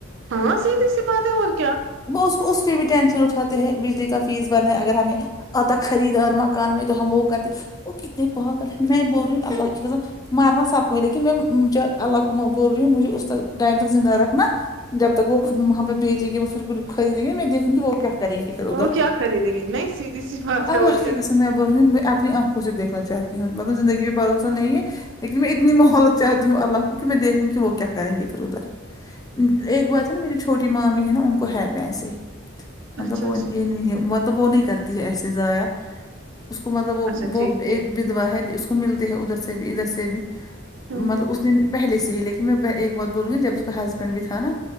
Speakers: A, on the right (about 65°); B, on the left (about 20°).
A: ہاں سیدھی سی بات ہے اور کیا
B: وہ اس اس پہ بھی ٹینشن اٹھاتے ہیں بجلی کا فیس بنے اگر ہمیں اتا خریدار مکان میں تو ہم کر وہ کتنے پاگل ہے میں بول رہی ہ اللہ کی خصم مرنا سب کو لیکن میں اللہ میں بول رہی ہوں مجھے اس تک ٹائم زندہ رکھنا جب تک وہ وہاں پہ بھی بیچیں گے وہ پھر خریدیں گی میں دیکہونگی وہ کیا کریں گے پھر ادھر
A: وہ کیا خریدیں گے نہیں سیدھی سی بات ہے
B: اللہ
A: اور کیا
B: کی قسم میں بول رہ ہوں میں اپنی آنکھوں سے دیکھنا چاہتی ہوں مطلب زندگی میں بھروسہ نہیں ہے لیکن میں اتنی مہولت چاہتی ہوں الگ کہ میں دیکھوں گی وہ کیا کریں گے پھر ادھر ایک بات ہے نا میری چھو چھوٹی مامی ہے نا ان کو ہے پیسے مطلب
A: اچھا
B: وہ
A: اچھا
B: یہ نہیں وہ نہیں کرتی ہے ایسے ضایع اس کو مطلب وہ
A: اچھا
B: وہ
A: ٹھیک ٹھیک
B: ایک واحد اس کو ملتی ہے ادھر سے بھی ادھر سے بھی
A: ہوں
B: مطلب
A: ہوں
B: اس نے پہل سے ہی لیکن میں ایک بات بولوں گی جب اس کا ہسبینڈ بھی تھا نا